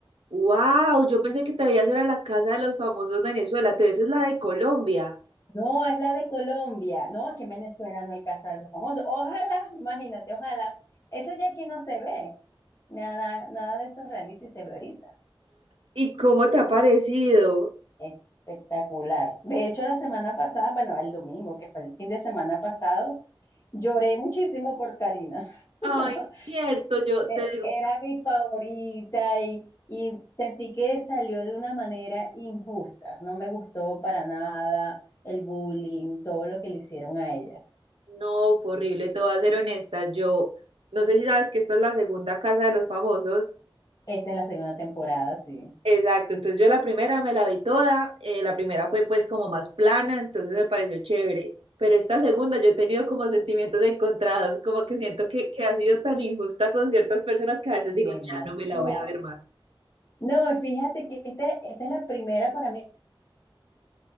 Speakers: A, on the right; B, on the left.
A: Wow, yo pensé que te veías era la casa de los famosos Venezuela, te ves es la de Colombia.
B: No, es la de Colombia. No, es que en Venezuela no hay casa de los famosos. Ojalá, imagínate, ojalá. Eso ya aquí no se ve. Nada, nada de esos reality se ve ahorita.
A: ¿Y cómo te ha parecido?
B: Espectacular. De hecho, la semana pasada, bueno, el domingo, que fue el fin de semana pasado, lloré muchísimo por Karina. <laughs>
A: Ay, cierto, yo
B: Era,
A: te digo,
B: era mi favorita y, y sentí que salió de una manera injusta. No me gustó para nada el bullying, todo lo que le hicieron a ella.
A: No, fue horrible, te voy a ser honesta, yo no sé si sabes que esta es la segunda casa de los famosos.
B: Esta es la segunda temporada, sí.
A: Exacto, entonces yo la primera me la vi toda, eh, la primera fue pues como más plana, entonces me pareció chévere, pero esta segunda yo he tenido como sentimientos encontrados, como que siento que, que ha sido tan injusta con ciertas personas que a veces digo,
B: Demasiado.
A: ya no me la voy a ver más.
B: No, fíjate que esta, esta es la primera para mí.